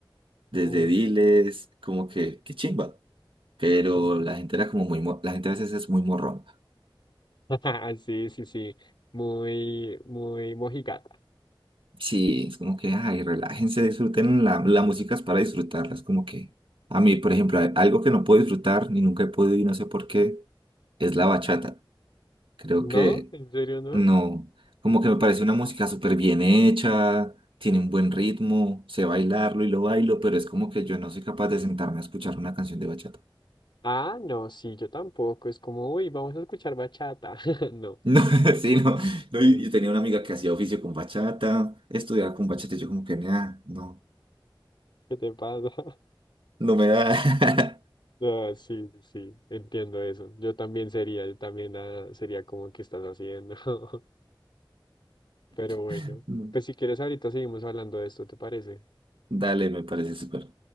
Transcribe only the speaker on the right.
desde
Diles, como que, qué chimba. Pero
la gente era como muy, mo- la gente a veces es muy morrón.
Sí, es como que, ay, relájense, disfruten, la, la música es para disfrutarla, es como que, a mí, por ejemplo, a- algo que no puedo disfrutar, ni nunca he podido y no sé por qué, es la bachata. Creo
que
no, como que me parece una música súper bien hecha, tiene un buen ritmo, sé bailarlo y lo bailo, pero es como que yo no soy capaz de sentarme a escuchar una canción de bachata. <laughs>
No, sí, no, no,
y- y tenía
una amiga que hacía oficio con bachata, estudiaba con bachata, y yo como que, nah, no,
no me da.
<laughs>
Dale, me parece súper.